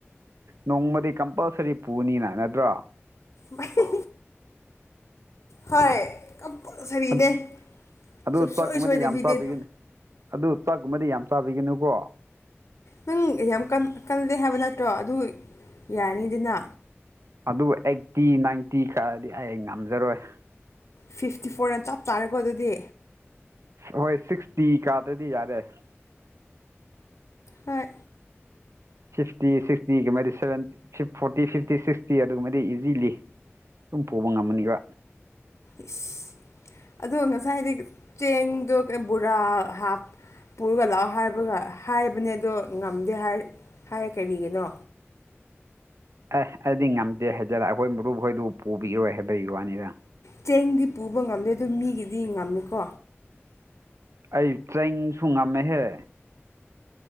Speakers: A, on the right; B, on the left.
A: ꯅꯣꯡꯃꯗꯤ ꯀꯝꯄꯜꯁꯔꯤ ꯄꯨꯅꯤꯅ ꯅꯗ꯭ꯔꯣ
B: ꯚꯏ ꯍꯣꯏ ꯀꯝꯄꯜꯁꯔꯤꯅꯦ
A: ꯑꯗꯨ ꯑꯗꯨ
B: ꯁꯨꯡꯁꯣꯏ
A: ꯆꯥꯛꯀꯨꯝꯕꯗꯤ
B: ꯁꯣꯏꯗꯕꯤ
A: ꯌꯥꯝ ꯆꯥꯕꯤꯒꯅꯨ
B: ꯗꯦꯠ
A: ꯑꯗꯨ ꯆꯥꯛꯒꯨꯝꯕꯗꯤ ꯌꯥꯝ ꯆꯥꯕꯤꯒꯅꯨꯀꯣ
B: ꯅꯪ ꯌꯥꯝ ꯀꯟ ꯀꯜꯂꯦ ꯍꯥꯏꯕ ꯅꯠꯇ꯭ꯔꯣ ꯑꯗꯨ ꯌꯥꯔꯅꯤꯗꯅ
A: ꯑꯗꯨ ꯑꯩꯠꯇꯤ ꯅꯥꯏꯟꯇꯤ ꯀꯥꯔꯗꯤ ꯑꯩ ꯉꯝꯖꯔꯣꯏ
B: ꯐꯤꯐꯇꯤ ꯐꯣꯔꯅ ꯆꯞ ꯆꯥꯔꯦꯀꯣ ꯑꯗꯨꯗꯤ
A: ꯍꯣꯏ ꯁꯤꯛꯁꯇꯤ ꯀꯥꯗ꯭ꯔꯗꯤ ꯌꯥꯔꯦ
B: ꯍꯣꯏ
A: ꯐꯤꯐꯇꯤ ꯁꯤꯛꯁꯇꯤꯒꯤꯃꯗꯤ seven fifth forty fifty sixty ꯑꯗꯨꯒꯨꯝꯕꯗꯤ ꯏꯖꯤꯂꯤ ꯗꯨꯝ ꯄꯨꯕ ꯉꯝꯃꯅꯤꯕ
B: ꯏꯁ ꯑꯗꯣ ꯉꯁꯥꯏ ꯍꯥꯏꯗꯤ ꯆꯦꯡꯗꯣ ꯕꯣꯔꯥ ꯍꯥꯞ ꯄꯨꯔꯒ ꯂꯥꯛꯑꯣ ꯍꯥꯏꯕꯒ ꯍꯥꯏꯕꯅꯦ ꯑꯗꯣ ꯉꯝꯗꯦ ꯍꯥꯏ ꯍꯥꯏ ꯀꯔꯤꯒꯤꯅꯣ
A: ꯑꯦ ꯑꯩꯗꯤ ꯉꯝꯗꯦ ꯍꯥꯏꯖꯔ ꯑꯩꯈꯣꯏ ꯃꯔꯨꯞꯈꯣꯏꯗꯨ ꯄꯨꯕꯤꯔꯣꯏ ꯍꯥꯏꯕꯒꯤ ꯋꯥꯅꯤꯗ
B: ꯆꯦꯡꯗꯤ ꯄꯨꯕ ꯉꯝꯗꯦ ꯑꯗꯨꯗꯣ ꯃꯤꯒꯤꯗꯤ ꯉꯝꯃꯦꯀꯣ
A: ꯑꯩ ꯇ꯭ꯔꯦꯡꯁꯨ ꯉꯝꯃꯦꯍꯦ